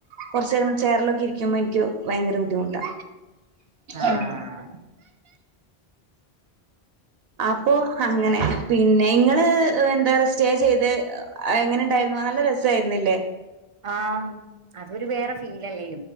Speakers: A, on the right (about 70°); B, on the right (about 45°).
A: കുറച്ച് നേരം ചെയറിലൊക്കെ ഇരിക്കുമ്പോ എനിക്ക് ഭയങ്കര ബുദ്ധിമുട്ടാ
B: ആഹ്
A: ഉം അപ്പോ അങ്ങനെ പിന്നെ ഇങ്ങള് എന്താറെ സ്റ്റേ ചെയ്ത് എങ്ങനെണ്ടായിരുന്നു നല്ല രസണ്ടായിരുന്നില്ലേ
B: ആ അതൊരു വേറെ ഫീലല്ലേ